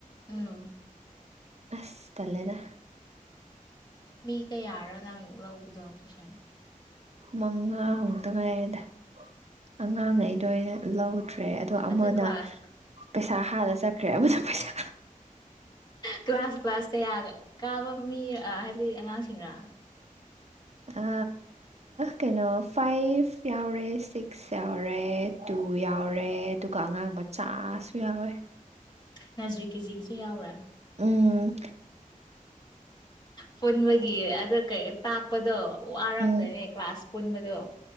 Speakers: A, on the left; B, on the right.
A: ꯎꯝ
B: ꯑꯁ ꯇꯂꯦꯗ
A: ꯃꯤ ꯀꯌꯥꯔꯣ ꯅꯪ ꯂꯧꯕꯗꯣ ꯇꯨꯏꯁꯟ
B: ꯃꯉꯥꯃꯨꯛꯇ ꯉꯥꯏꯗ ꯑꯉꯥꯡꯉꯩꯗ ꯑꯣꯏꯅ ꯂꯧꯗ ꯇ꯭ꯔꯦ ꯑꯗꯣ ꯑꯃꯅ
A: ꯑꯗ ꯀ꯭ꯂꯥꯁ
B: ꯄꯩꯁꯥ ꯍꯥꯟꯅ ꯆꯠꯈ꯭ꯔꯦ ꯑꯃꯗ ꯄꯩꯁꯥ
A: ꯀ꯭ꯂꯥꯁ ꯀ꯭ꯂꯥꯁ ꯀꯌꯥ ꯀꯥꯕ ꯃꯤ ꯍꯥꯏꯕꯗꯤ ꯑꯉꯥꯡꯁꯤꯡꯅꯥ
B: ꯑ ꯀꯩꯅꯣ ꯐꯥꯏꯚ ꯌꯥꯎꯔꯦ ꯁꯤꯛꯁ ꯌꯥꯎꯔꯦ ꯇꯨ ꯌꯥꯎꯔꯦ ꯑꯗꯨꯒ ꯑꯉꯥꯡ ꯃꯆꯥꯁꯨ ꯌꯥꯎꯋꯦ
A: ꯅꯁꯔꯤꯛ ꯀꯤꯖꯤꯒꯤꯁꯨ ꯌꯥꯎꯔꯥ
B: ꯎꯝ
A: ꯄꯨꯟꯕꯒꯤ ꯑꯗ ꯀꯩ ꯇꯥꯛꯄꯗꯣ ꯋꯥꯔꯝꯒꯅꯤ
B: ꯎꯝ
A: ꯀ꯭ꯂꯥꯁ ꯄꯨꯟꯕꯗꯣ